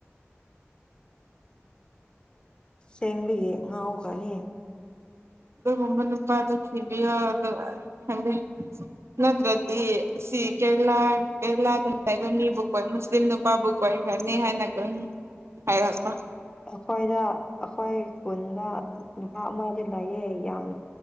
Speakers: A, on the left; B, on the right.
A: ꯁꯦꯡꯕꯒꯤ ꯉꯥꯎꯈ꯭ꯔꯅꯤ
B: ꯑꯗꯨꯒꯨꯝꯕ ꯅꯨꯄꯥꯗꯨ ꯊꯤꯕꯌꯣ ꯑꯗꯨ ꯈꯪꯗꯦ ꯅꯠꯇ꯭ꯔꯗꯤ ꯁꯤ ꯀꯦꯔꯦꯂꯥ ꯀꯦꯔꯦꯂꯥꯗ ꯂꯩꯕ ꯃꯤꯕꯨ ꯀꯣꯏ ꯃꯨꯁꯂꯤꯝ ꯅꯨꯄꯥꯕꯨ ꯀꯣꯏꯈ꯭ꯔꯅꯤ ꯍꯥꯏꯅ ꯈꯟ ꯍꯥꯏꯔꯛꯄ
A: ꯑꯩꯈꯣꯏꯗ ꯑꯩꯈꯣꯏ ꯈꯨꯨꯟꯗ ꯅꯨꯄꯥ ꯑꯃꯗꯤ ꯂꯩꯌꯦ ꯌꯥꯝ